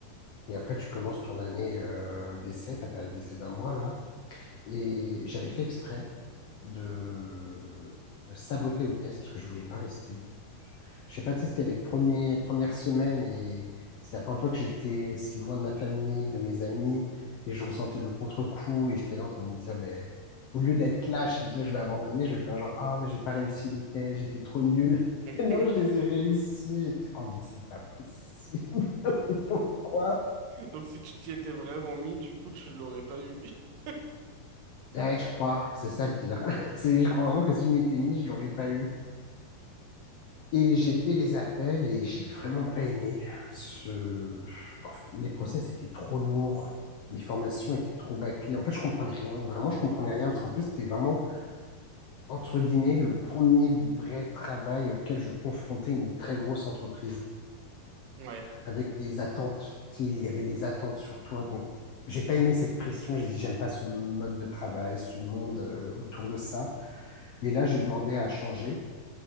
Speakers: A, on the left; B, on the right.
A: Et après, tu commences ton année euh, d'essai, ta période d'essai d'un mois, là. Et j'avais fait exprès. de me saboter au test parce que je voulais pas rester. Je sais pas, tu sais, c'était les premiers, premières semaines et c'était la première fois que j'étais aussi loin de ma famille, de mes amis et je ressentais le contre-coup et j'étais là en train de me dire, ben, au lieu d'être lâche et de dire que je vais abandonner, je vais faire genre, ah, mais j'ai pas réussi les tests, j'étais trop nul.
B: <laughs>
A: <laughs> Et non, je les ai réussis. J'étais, oh, mais c'est pas possible. <laughs> Mais pourquoi?
B: Donc, si tu t'y étais vraiment mis, du coup, tu l'aurais pas eu. <laughs>
A: Ouais, je crois, c'est ça le pire. <laughs> C'est, je crois vraiment que si je m'étais mis, je l'aurais pas eu. Et j'ai fait les appels et j'ai vraiment pas aimé ce... en fait, les process étaient trop lourds, les formations étaient trop bâclées. En fait, je comprenais rien. Vraiment, je comprenais rien parce qu'en plus, c'était vraiment, entre guillemets, le premier vrai travail auquel je confrontais une très grosse entreprise
B: Ouais.
A: avec des attentes. Tu sais, il y avait des attentes sur toi. Donc, j'ai pas aimé cette pression. J'ai dit, j'aime pas ce mode de travail, ce monde euh, autour de ça. Et là, j'ai demandé à changer